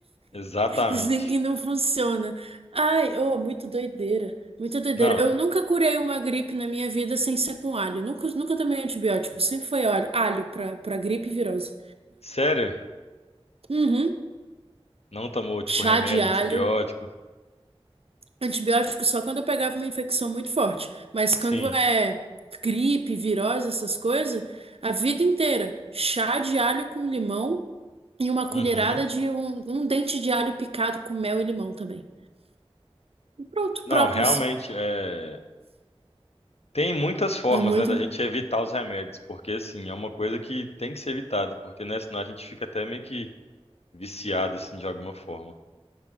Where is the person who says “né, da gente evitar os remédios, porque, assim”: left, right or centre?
Left